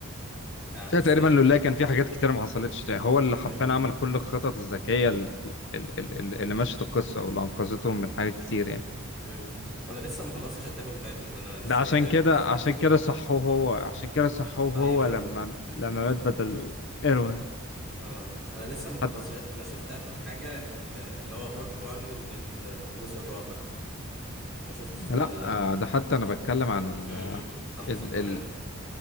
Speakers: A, in the centre; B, on the left.
A: آه ازاي؟
B: لا تقريبا لولا كان في حاجات كتير ما حصلتش هو اللي حرفيا
A: مم.
B: عمل كل الخطط الذكية ال- ال- ال- ال- اللي مشت القصة واللي أنقذتهم من حاجات كتير يعني
A: مم. وأنا لسه ما خلصتش أتاك أون تايتنز أنا لسه
B: ده عشان
A: لي آخر
B: كده
A: سيزون
B: عشان كده
A: آه.
B: صحوه هو عشان كده صحوه
A: أيوه
B: هو لما
A: أيوه
B: لما مات بدل إيروين
A: اه انا لسه ما خلصتش
B: حتى
A: انا شفت اخر حاجه ال- اللي هو بارت 1 من الجزء الرابع ما شفتش
B: لا
A: بعد ده
B: آه، ده حتى أنا بتكلم عن ال...
A: امم طب ما
B: ال...
A: صحواني
B: ال...
A: كده